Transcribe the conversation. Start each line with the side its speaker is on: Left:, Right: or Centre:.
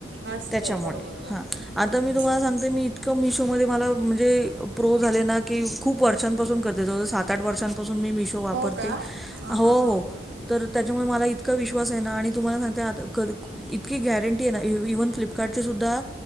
Right: असते
Centre: त्याच्यामुळे
Right: बरोबर बर
Centre: हा
Right: हम्म
Centre: आता
Right: हम्म
Centre: मी तुम्हाला सांगते मी इतकं मिशो मध्ये मला म्हणजे प्रो झाले ना की खूप वर्षांपासून करते जवळजवळ सात आठ वर्षांपासून मी मिशो वापरते
Right: हो का हा
Centre: हो
Right: हा हा.
Centre: हो तर त्याच्यामुळे मला इतका विश्वास आहे ना आणि तुम्हाला सांगते आता इतकी गॅरंटी आहे ना इ इव्हन फ्लीपकार्टची सुध्दा